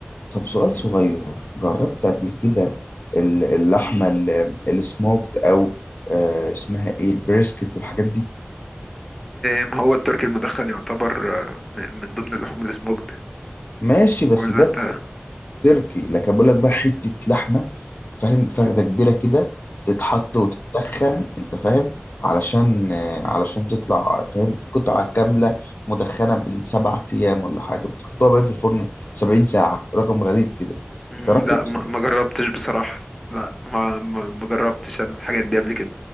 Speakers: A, on the left; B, in the centre.
A: طب سؤال صغير جربت قبل كده ال- اللحمة السموكت او آه، اسمها ايه البريسكت والحاجات دي
B: ما هو التركي المدخن يعتبر آه، م- من ضمن اللحوم السموكد
A: ماشي بس
B: ولا
A: ده
B: انت
A: تركي لكن بقول لك بقى حتة لحمة فاهم فخدة كبيرة كده تتحط وتتدخن انت فاهم علشان آه، علشان تطلع فاهم قطعة كاملة مدخنة بالسبع ايام ولا حاجة بتحطوها بقى في الفرن 70 ساعة رقم غريب كده
B: مم،
A: جربت
B: لا ما ما جربتش بصراحة لا ما ما ما جربتش انا الحاجات دي قبل كده